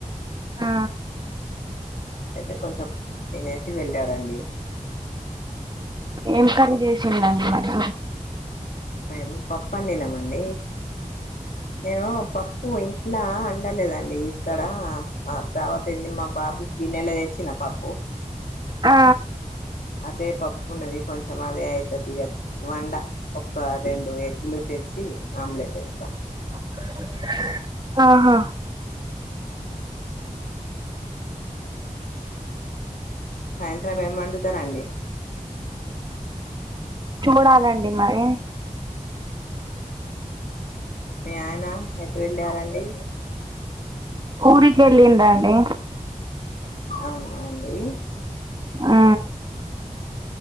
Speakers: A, on the right; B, on the left.
A: ఆ
B: అయితే కొంచెం తినసి వెళ్ళాడండి
A: ఎంకరీ జేసిదండి మరి
B: మేం పప్పు అండిమండి నేను పప్పు ఇలా అండలేదండి ఇక్కడ దేవతైది మా బాబుకు గిన్నెల దేచ్చిన పప్పు
A: ఆ
B: అదే పప్పు ఉన్నది కొంచెం అదే అయితది ఇగా వండ ఒక రెండు ఎగ్గులు తెచ్చి ఆమ్లెట్ ఎస్తా
A: అ ఆహా
B: సాయంత్రం ఏం అండుతారండి
A: చూడాలండి మరి
B: మీ అయిన ఎటు ఎటు వేట్టరండి
A: ఊరికెళ్ళిండు అండి
B: అవునాండి
A: ఆ